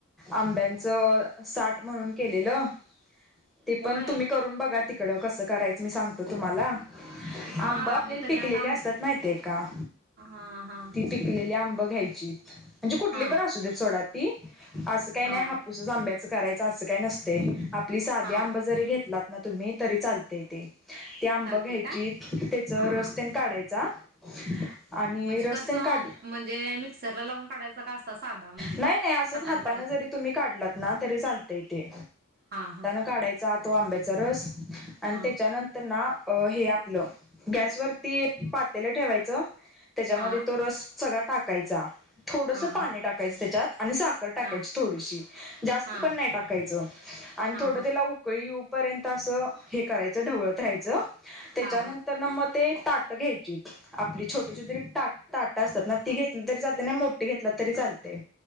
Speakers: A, in the centre; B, on the right (about 45°).
A: आंब्यांचं साठ म्हणून केलेलं. ते
B: होय
A: पन तु मी करून बगा तिकडं कसं करायचं मी सांगतो तुमाला.
B: हा
A: आंब आपली
B: आम्ही कधी
A: पिकलेली
B: आता आम
A: असत्यात म्हायतेय का
B: हां हां
A: ती पिक लेली आंब घ्यायची, म्हणजे कुटली
B: हां
A: पन असूदेत सोडाती, अस काय
B: हां
A: नाय हापूस आंब्याच करायचं असं काय नसतय. आपली सादी
B: हां
A: आंब जरी घेतलातना तुम्ही तरी चालतेय ते. ती आंब
B: चालते
A: घ्यायची
B: काय
A: तेच
B: हां
A: रस
B: हां
A: तेन काडायचा. आणि
B: म्हणजे
A: रस
B: कसं
A: तेन काढ,
B: म्हणजे मिक्सरला लावून काढायचा का असा साधा म्हणजे
A: नाई नाई असच
B: हाताने
A: हाताना
B: काढा
A: जरी तुम्ही काडलातना तरी चालतय ते.
B: हां हां.
A: काडायचा तो आंब्याचा रस, अन्
B: हां
A: तेच्या नं तर ना अ हे आपलं गॅसवरती पातेल ठेवायचं. तेच्यामदे
B: हां
A: तो रस सगळा टाकायचा. थोडसं
B: हां
A: पाणी
B: हां
A: टाकायचं तेच्यात आणि साखर टाकायची
B: हां हां
A: थोडीशी जास्त
B: हां
A: पन नई टाकायचं. आणि
B: हां
A: थोडं
B: हां
A: त्याला उकळी येऊ पर्यंत अस हे करायचं ढवळत राहायच, त्याच्यानंतर
B: हां हां
A: म ते ताट घ्यायची. आपली छोटी छोटी टा ताट असतात ना ती घेतली तरी चालते ना मोठे घेतला तरी चालतय.